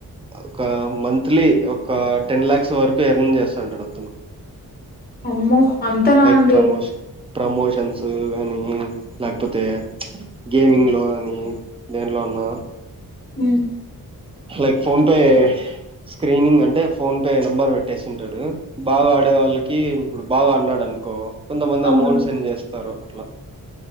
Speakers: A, on the right (about 15°); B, on the left (about 25°).
A: ఒక మంత్లీ ఒక టెన్ ల్యాక్స్ వరకు ఎర్న్ చేస్సంటడు, అతను
B: అమ్మో అంతరావండి
A: లైక్ ప్రమోషన్ ప్రమోషన్స్ కానీ లేకపోతే ప్చ్ గేమింగ్ లో అని దేంట్లో ఉన్న
B: హ్మ్.
A: లైక్ ఫోన్ పే స్క్రీనింగ్ అంటే ఫోన్ పే నంబర్ పెట్టేసి ఉంటాడు. బాగా ఆడే వాళ్ళకి ఇప్పుడు బాగఅన్నాడు అనుకో, కొంతమంది
B: అవును
A: అమౌంట్ సెండ్ చేస్తారు ట్లా